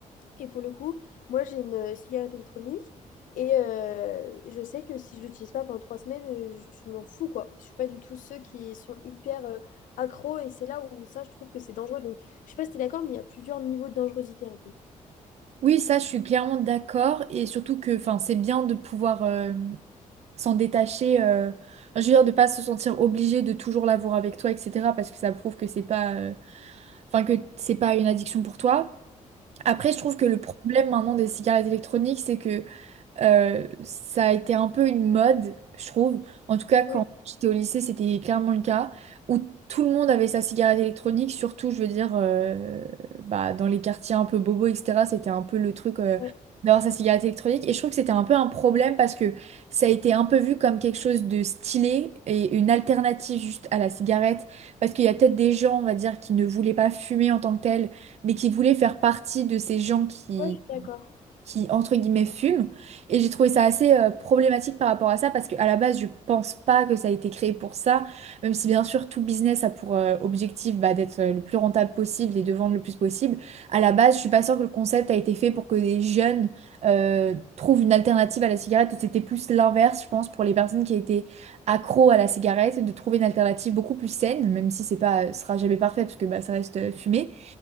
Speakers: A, on the left; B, on the right.
A: Et pour le coup, moi, j'ai une euh, cigarette électronique. Et euh, je sais que si je l'utilise pas pendant trois semaines, euh, je m'en fous, quoi. Je suis pas du tout ceux qui sont hyper euh, accros. Et c'est là où ça, je trouve que c'est dangereux. Donc, je sais pas si t'es d'accord, mais il y a plusieurs niveaux de dangerosité un peu.
B: Oui, ça, je suis clairement d'accord. Et surtout que enfin, c'est bien de pouvoir euh, s'en détacher. euh, je veux dire, de pas se sentir obligé de toujours l'avoir avec toi, etc. Parce que ça prouve que c'est pas... enfin que c'est pas une addiction pour toi. Après, je trouve que le problème maintenant des cigarettes électroniques, c'est que euh, ça a été un peu une mode, je trouve. En tout cas, quand
A: Oui,
B: j'étais au lycée, c'était clairement le cas, où tout le monde avait sa cigarette électronique, surtout, je veux dire, euh, bah, dans les quartiers un peu bobos, etc. C'était un peu le truc euh,
A: ouais,
B: d'avoir sa cigarette électronique. Et je trouve que c'était un peu un problème parce que ça a été un peu vu comme quelque chose de stylé et une alternative juste à la cigarette. Parce qu'il y a peut-être des gens, on va dire, qui ne voulaient pas fumer en tant que tel, mais qui voulaient faire partie de ces gens qui
A: ouais, je suis d'accord.
B: qui, entre guillemets, fument. Et j'ai trouvé ça assez euh, problématique par rapport à ça, parce qu'à la base, je pense pas que ça a été créé pour ça, même si bien sûr, tout business a pour euh, objectif bah, d'être euh, le plus rentable possible et de vendre le plus possible. À la base, je suis pas sûre que le concept a été fait pour que des jeunes euh, trouvent une alternative à la cigarette, et c'était plus l'inverse, je pense, pour les personnes qui étaient accros à la cigarette, de trouver une alternative beaucoup plus saine, même si c'est pas, ce sera jamais parfait, parce que bah, ça reste euh, fumé.